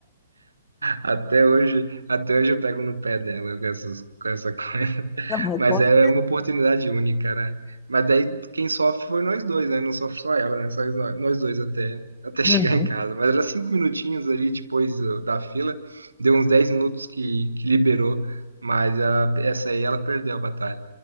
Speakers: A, on the right; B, on the left.
A: Até hoje, até hoje eu pego no pé dela com essas, com essa <laughs> coisa.
B: Não,
A: Mas
B: mas-
A: é uma oportunidade única, né? Mas daí quem sofre foi nós dois, né? Não sofre só ela, né? Só nós nós dois até, até
B: Uhum.
A: <laughs> chegar em casa. Mas era cinco minutinhos ali depois do- da fila, deu uns dez minutos que, que liberou, mas a- essa aí ela perdeu a batalha.